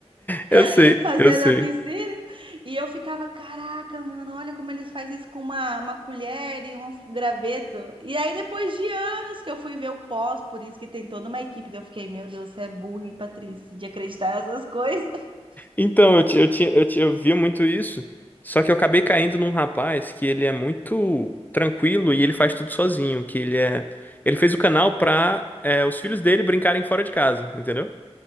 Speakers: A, on the left; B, on the right.
A: Eu
B: <laughs>
A: sei,
B: fazendo
A: eu sei.
B: a piscina. E eu ficava, caraca, mano, olha como eles fazem isso com uma, uma colher e um graveto. E aí, depois de anos que eu fui ver o pós, por isso que tem toda uma equipe. daí Eu fiquei, meu Deus, você é burra, hein, Patrícia, de acreditar nessas coisas. <laughs>
A: Então, eu, ti- eu, tinha- eu, ti- eu via muito isso, só que eu acabei caindo num rapaz que ele é muito tranquilo e ele faz tudo sozinho, que ele é... Ele fez o canal pra é, os filhos dele brincarem fora de casa, entendeu?